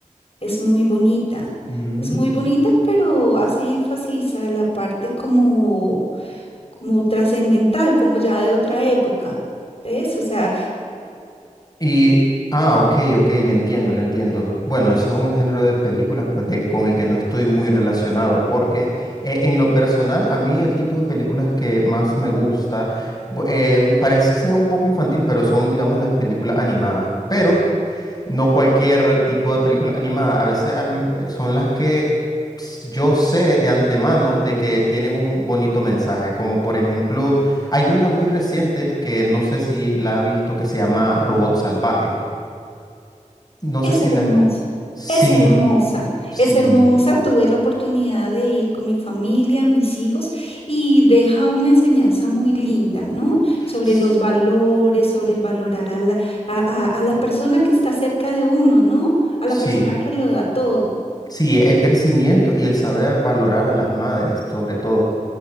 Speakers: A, on the left (about 50°); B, on the left (about 30°).
A: Es muy bonita,
B: Mm.
A: es muy bonita, pero hace énfasis a la parte como, como trascendental, como ya de otra época. ¿Ves? O sea,
B: Y, ah, ok, ok, le entiendo, le entiendo. Bueno, eso es un género de películas pues, de, con el que no estoy muy relacionado, porque eh, en lo personal, a mí el tipo de películas que más me gusta, bu- eh, parece un poco infantil, pero son, digamos, las películas animadas. Pero no cualquier tipo de película animada. A veces a mí eh, son las que ps, yo sé de antemano de que tienen un bonito mensaje, como por ejemplo, hay una muy reciente que no sé si la ha visto que se llama Robot Salvaje. No sé
A: Es
B: si
A: hermosa,
B: la ha visto. Sí,
A: es hermosa,
B: sí,
A: es hermosa. Tuve la oportunidad de ir con mi familia, mis hijos, y deja una enseñanza muy linda, ¿no? Sobre
B: s-
A: los valores, sobre el valorar a la, a, a- a la persona que está cerca de uno, ¿no? A
B: sí.
A: la persona que lo da todo.
B: Sí, el crecimiento y el saber valorar a las madres, sobre todo.